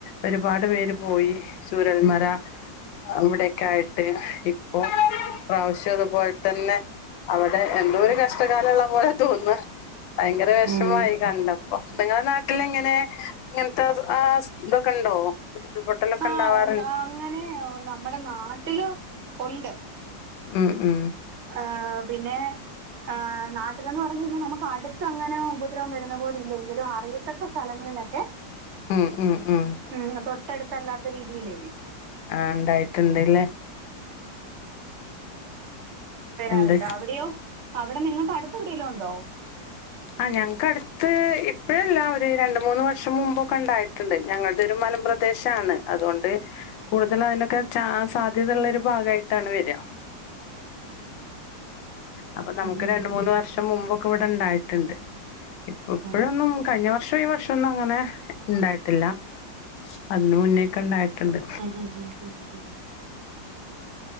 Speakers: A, on the left; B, on the right.
A: ഒരുപാട് പേര് പോയി ചുരൽമര അവിടെക്കെ ആയിട്ട് ഇപ്പൊ പ്രാവശ്യം അതുപോലെ തന്നെ അവിടെ എന്തോ ഒരു കഷ്ടകാലള്ള പോലെ തോന്ന ഭയങ്കര വിഷമായി
B: ഉം
A: കണ്ടപ്പോ നിങ്ങളെ നാട്ടിൽ ഇങ്ങനെ ഇങ്ങനത്തെ ആ ഇതൊക്കെ ഉണ്ടോ ഉരുൾപൊട്ടലൊക്കെ
B: ആഹ്
A: ഉണ്ടാവാ
B: ഉണ്ട് അങ്ങനെ നമ്മുടെ നാട്ടില് ഉണ്ട്
A: ഉം ഉം
B: ആഹ് പിന്നെ ആ ന്ന് പറഞ്ഞു കഴിഞ്ഞാൽ നമുക്ക് അടുത്ത് അങ്ങനെ ഉപദ്രവംരുന്ന പോല ഇല്ലെങ്കിലും അറിയത്തക്ക സ്ഥങ്ങളിലൊക്കെ
A: ഉം ഉം ഉം
B: ഉം തൊട്ടടുത്തല്ലാത്ത രീതിയില്
A: ആണ്ടായിട്ടുണ്ട് ലെ
B: വരാറുണ്ട്
A: എന്താ
B: അവിടെയോ അവിടെ നിങ്ങക്ക് അടുത്ത് എവിടേലുണ്ടോ
A: <unintelligible> അഹ് ഞങ്ങക്ക് അടുത്ത് ഇപ്പഴല്ലാ ഒരു രണ്ട് മൂന്ന് വർഷം മുമ്പൊക്കെണ്ടായിട്ടുണ്ട് ഞങ്ങളുടെ ഒരു മലമ്പ്ര ദേശാണ് അതുകൊണ്ട് കൂടുതല് അതിനൊക്കെ ച സാധ്യത ഉള്ള ഒരു ഭാഗമായിട്ടാണ് വരിക അപ്പൊ നമുക്ക്
B: ഉം ഉം
A: രണ്ട്
B: ഉം
A: മൂന്ന് വർഷം മുമ്പൊക്കെ ഇവിടെണ്ടായിട്ട്ണ്ട് ഇപ്പ ഇപ്പോഴൊന്നും
B: ആഹ്
A: കഴിഞ്ഞ വർഷം ഈ വർ പക്ഷ ഒന്നും അങ്ങനെ ഉണ്ടായിട്ടില്ല അതിന് മുന്നേക്കെണ്ടായിട്ടുണ്ട്
B: ആ ആ ആ ആ